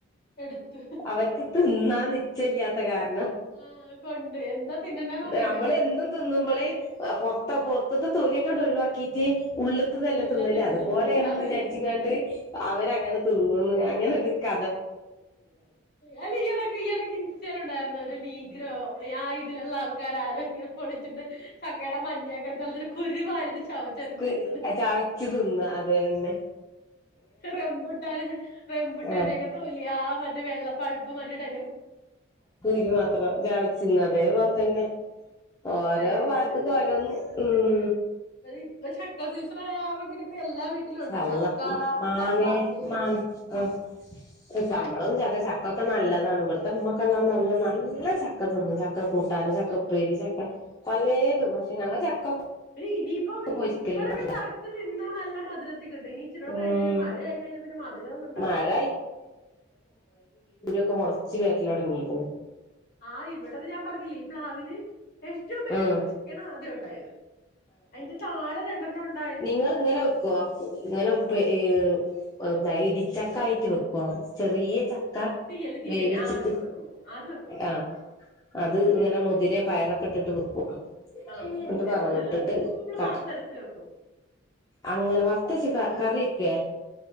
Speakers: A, on the left; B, on the left.
A: എടുത്ത്
B: അവര്ക്ക് തിന്നാൻ നിച്ചല്ല്യാത്ത കാര് ണാ.
A: ആഹ് കൊണ്ട് എന്താ തിന്നണ്ടേന്ന് അറിയില്ലല്ലോ
B: നമ്മള് എന്തും ള് പൊർത്ത പൊർത്ത്തെ തോലക്കാണ്ട് ഒഴിവാക്കീട്ട് ഉള്ള്ത്തതല്ലേ
A: പുള്ളില്ലാത്ത
B: തിന്നല്. അതുപോലേണ്
A: തിന്നണത്
B: ന്ന്
A: അതെ
B: വിചാരിച്ച്കാണ്ട് അവരങ്ങനെ തിന്നുംന്ന് അങ്ങനെ ഒര് ക
A: അല്ല ഈയെടക്ക് ഈയെടക്കിൻസ്റ്റയിലുണ്ടായിരു ന്നു. ഒരു നീഗ്രോ ആ ഇതിലുള്ള ആൾക്കാരാരോ ഇങ്ങനെ പൊളി ച്ചിട്ട് ചക്കേട മഞ്ഞക്കെ ഇട്ത്ത് കളഞ്ഞിട്ട് കുരു വായിലിട്ട് ചവച്ചരച്ച്
B: കു
A: തിന്ന് ണ്.
B: ചവച്ച് തിന്ന അതേന്നെ
A: റംമ്പുട്ടാൻ, റെംപുട്ടാൻന്റെ
B: ആഹ്
A: ഒക്കെ തൊലി യാ മറ്റേ വെള്ളപ്പൾപ്പ് മാറ്റീട്ടെ
B: കുരു മാത്രം ചവച്ച്തിന്ന് അതേപോലെ തന്നെ ഓരോ
A: അങ്ങനെയൊക്കെ
B: ഭാഗത്ത്ക്ക്
A: ചെയ്യും
B: ഓരോന്ന് ഉം
A: ഇപ്പൊ ചക്ക സീസൺ ആയ കാരണം പിന്നെ ഇപ്പ എല്ലാ വീട്ടിലും ഉണ്ട്
B: അള്ള
A: ചക്കാട
B: മാങ്ങേ
A: ചക്ക അവിയല്
B: മാങ്ങ ആഹ് <unintelligible> പ്പ്ക്കെ
A: ച
B: നല്ലതാണ് ഇവിടുത്തെ ഉമ്മാക്കെ നാ നല്ല ചക്ക തിന്ന് ചക്ക കൂട്ടാന്, ചക്ക ഉപ്പേരി, ചക്ക പലേതും പഷേ ഞങ്ങള് ചക്ക കു
A: പിന്നെ ഇനിയിപ്പോ
B: ക്കാ പൊരിക്കലൊന്നും
A: ഇപ്പഴൊക്കെ
B: ഇല്ല
A: കറക്റ്റ് തിന്നാ നല്ല മധ് ര ത്തി കിട്ടും ഇനി ഇച്ചിരുട
B: ഉം
A: കഴിഞ്ഞാഞാ മഴ ആയി കഴിഞ്ഞാ പിന്നെ മധുരോന്നും ഉണ്ടാവില്ല്യ
B: മഴ ക്ക മൊളച്ചു വരലോടെങ്ങിയെക്കണ്
A: ആഹ് ഇവിടന്ന് ഞാൻ പറഞ്ഞില്ലേ ഈ പ്ലാവില് ഏറ്റവും മേളിലത്തെ
B: ഉം
A: ചക്കയാണ് ആദ്യം ഒണ്ടായത് അയിന്റെ താഴെ രണ്ടെണ്ണം ഉണ്
B: നിങ്ങളിങ്ങനെ വെക്കുവോ ഇങ്ങനെ ഉപ്പ ഏഹ് ഏഹ് ഇടിച്ചക്ക ആയിട്ട് വെക്കുവാ ചെറിയ ചക് ക്കാ
A: തീയല് തീയല്
B: വേവിച്ചിട്ട്
A: ആ വെക്കും വെക്കും വെക്കും അത് വെക്കും
B: ആഹ് അത്
A: തീയല്
B: ഇങ്ങനെ
A: തീയല്
B: മുതിരെ പയറൊക്കെ ഇട്ടിട്ട് വെക്കും.
A: ആഹ്
B: എന്നിട്ട്
A: മുതിരയൊന്നും
B: വറവ്
A: ഇടില്ല
B: ഇട്ടിട്ട്
A: ചുമ്മാ നമ്മള്
B: കട്ടി
A: വറുത്തരച്ച് വെക്കും
B: അങ്ങനെ വറത്തച്ചക്ക കറിയെക്കെ